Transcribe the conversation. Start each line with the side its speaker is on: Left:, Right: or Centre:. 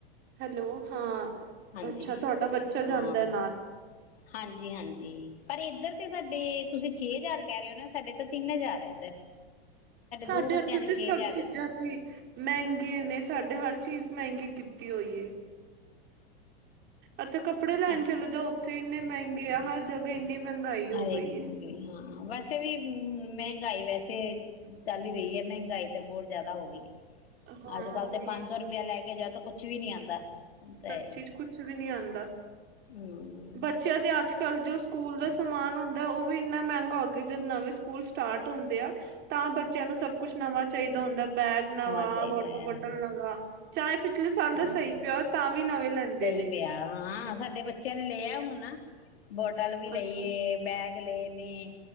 Right: ਹੈਲੋ ਹਾਂ
Left: ਹਾਂਜੀ
Right: ਅੱਛਾ ਤੁਹਾਡਾ ਬੱਚਾ ਜਾਂਦਾ
Left: ਹਾਂ
Right: ਹੈ ਨਾਲ।
Left: ਹਾਂਜੀ ਹਾਂਜੀ ਪਰ ਇੱਧਰ ਤੇ ਸਾਡੇ ਤੁਸੀਂ ਛੇ ਹਜ਼ਾਰ ਕਹਿ ਰਹੇ ਹੋ ਨਾ ਸਾਡੇ ਤਾਂ ਤਿੰਨ ਹਜ਼ਾਰ ਹੈ ਇੱਧਰ
Right: ਸਾਡੇ
Left: ਦੋ ਬੱਚਿਆਂ
Right: ਇੱਥੇ
Left: ਦੀ
Right: ਤੇ
Left: ਛੇ
Right: ਸਭ
Left: ਹਜ਼ਾਰ
Right: ਚੀਜ਼ਾਂ
Left: ਜਾਂਦੀ
Right: ਠੀਕ ਮਹਿੰਗੀਆਂ ਨੇ ਸਾਡੇ ਹਰ ਚੀਜ਼ ਮਹਿੰਗੀ ਕੀਤੀ ਹੋਈ ਐ ਇੱਥੇ ਕੱਪੜੇ ਲੈਣ
Left: ਅੱਛਾ
Right: ਚਲੇ ਜਾ ਉੱਥੇ ਇੰਨੇ ਮਹਿੰਗੇ ਆ ਹਰ ਜਗਾ ਇੰਨੀ ਮਹਿੰਗਾਈ ਹੋ
Left: ਹਰੇ
Right: ਗਈ
Left: ਕਿ ਮੰ
Right: ਏ।
Left: ਹਾਂ ਵੈਸੇ ਵੀ ਮਹਿੰਗਾਈ ਵੈਸੇ ਚੱਲ ਈ ਰਹੀ ਹੈ ਮਹਿੰਗਾਈ ਤਾਂ ਬਹੁਤ ਜ਼ਿਆਦਾ ਹੋ ਗਈ
Right: ਹਾਂ
Left: ਅੱਜ ਕੱਲ
Right: ਉਹੀ
Left: ਤੇ ਪੰਜ ਸੌ ਰੁਪਇਆ ਲੈ ਕੇ ਜਾਓ ਤਾਂ ਕੁੱਛ ਵੀ ਨਹੀਂ ਆਉਂਦਾ ਤੇ
Right: ਸੱਚੀ ਕੁਛ ਵੀ ਨਹੀਂ ਆਉਂਦਾ
Left: ਹਮ
Right: ਬੱਚਿਆਂ ਦੇ ਅੱਜ ਕੱਲ੍ਹ ਜੋ ਸਕੂਲ ਦਾ ਸਮਾਨ ਹੁੰਦਾ ਉਹ ਵੀ ਇੰਨਾ ਮਹਿੰਗਾ ਹੋ ਗਿਆ ਜਦ ਨਵੇਂ ਸਕੂਲ ਸਟਾਰਟ ਹੁੰਦੇ ਆ ਤਾਂ ਬੱਚਿਆਂ ਨੂੰ ਸਭ ਕੁਛ ਨਵਾਂ ਚਾਹੀਦਾ ਹੁੰਦਾ ਬੈਗ ਨਵਾਂ
Left: ਚਾਹੀਦਾ
Right: ਵੋਟਰ
Left: ਹੈ
Right: ਬੋਟਲ ਨਵਾਂ ਚਾਹ ਪਿਛਲੇ ਸਾਲ
Left: ਹਾਂ
Right: ਦਾ ਸਹੀ ਪਿਆ ਤਾਂ ਵੀ ਨਵੇਂ ਲੈਂਦੇ
Left: ਸਹੀ
Right: ਨੇ
Left: ਪਿਆ ਹਾਂ ਸਾਡੇ ਬੱਚਿਆਂ ਨੇ ਲਿਆ ਹੁਣ ਬੋਟਲ ਵੀ ਲਈਏ
Right: ਅੱਛਾ
Left: ਬੈਗ ਲਏ ਨੇ